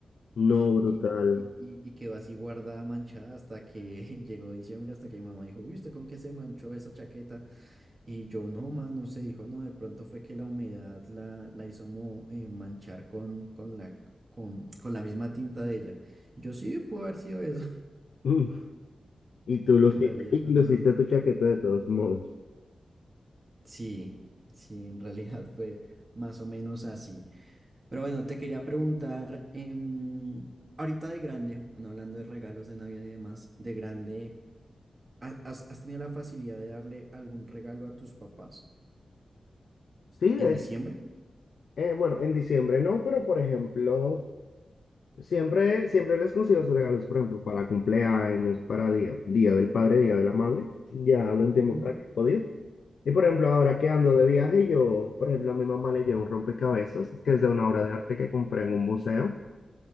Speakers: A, on the right; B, on the left.
A: <laughs>
B: No, brutal.
A: y, y, y y quedó así guardada, manchada hasta que <laughs> llegó diciembre, hasta que mi mamá dijo, uy, ¿usted con qué se manchó esa chaqueta? Y yo, no, man, no sé, dijo, no, de pronto fue que la humedad la, la hizo mo- eh, manchar con, con la, con, con la misma tinta de ella. Y yo, sí, pudo haber sido eso,
B: <laughs> Y
A: <laughs>
B: tú
A: porque
B: luciste,
A: en realidad
B: y
A: no.
B: luciste tu chaqueta de todos modos.
A: Sí, sí, en realidad <laughs> fue más o menos así. Pero bueno, te quería preguntar, em, ahorita de grande, bueno, hablando de regalos de Navidad y demás, de grande, ¿ha- ¿has, has tenido la facilidad de darle algún regalo a tus papás
B: Sí, de
A: en diciembre?
B: hecho. eh, bueno, en diciembre no, pero por ejemplo, siempre, siempre les consigo sus regalos, por ejemplo, para cumpleaños, para día, día del padre, día de la madre, ya de un tiempo
A: Ujú.
B: para que he podido. Y por ejemplo, ahora que ando de viaje, yo, por ejemplo, a mi mamá le llevo un rompecabezas, que es de una obra de arte que compré en un museo.